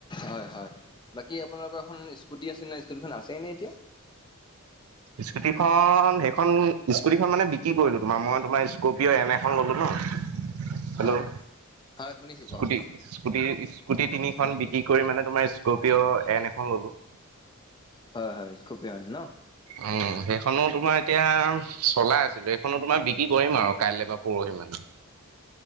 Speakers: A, on the left (about 20°); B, on the right (about 75°).
A: হয় হয় বাকী আপোনালোকৰ এখন স্কুটি আছে নয় স্কুটিখন আছেই নে এতিয়া।
B: স্কুটি খন সেইখন স্কুটিখন মানে বিক্ৰী কৰিলো তোমাৰ মই তোমাৰ। কপিঅ' এন এখন ল'লোঁ ন হেল্ল'-
A: হয় হয় শুনিছোঁ।
B: স্কুটি
A: কওক
B: স্কুটি স্কুটি তিনিখন বিক্ৰী কৰি মানে তোমাৰ স্কপিঅ' এন এখন ললো।
A: হয় হয় স্কুপিয়ন ন-
B: উম সেইখনো তোমাৰ এতিয়া। চলাই আছিলোঁ এইখনো তোমাৰ বিক্ৰী কৰিম আৰু কাইলৈ বা পৰহি মানে